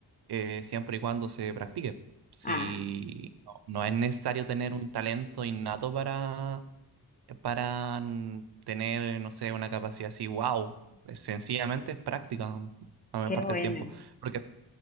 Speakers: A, on the right; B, on the left.
A: eh, siempre y cuando se practique. Si
B: Ah,
A: no no es necesario tener un talento innato para para mm, tener, no sé, una capacidad así, wow, sencillamente es práctica mm, la mayor
B: qué
A: parte
B: bueno.
A: del tiempo. Porque,